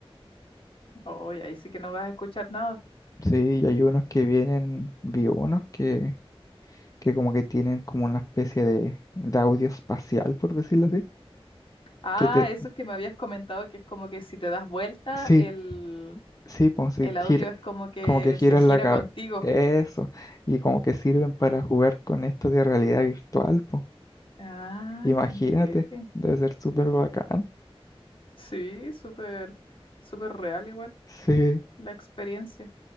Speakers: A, on the left (about 60°); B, on the left (about 35°).
A: oye, ahí sí que no vas a escuchar nada.
B: Sí, y hay unos que vienen, vi unos que, que como que tienen como una especie de, de audio espacial, por decirlo así.
A: Ah,
B: Que te,
A: eso es que me habías comentado que es como que si te das vuelta,
B: sí,
A: el,
B: sí, pues sí,
A: el audio
B: gira,
A: es como que
B: como que giras
A: se gira
B: la cabeza,
A: contigo.
B: eso, y como que sirven para jugar con esto de realidad virtual, pues.
A: Ay,
B: Imagínate,
A: qué entrete.
B: debe ser súper bacán.
A: Sí, súper, súper real igual
B: Sí,
A: la experiencia.